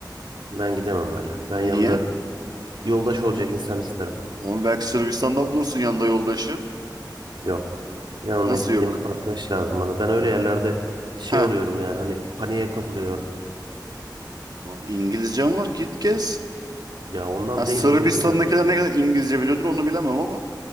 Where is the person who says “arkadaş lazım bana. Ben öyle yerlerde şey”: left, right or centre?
Right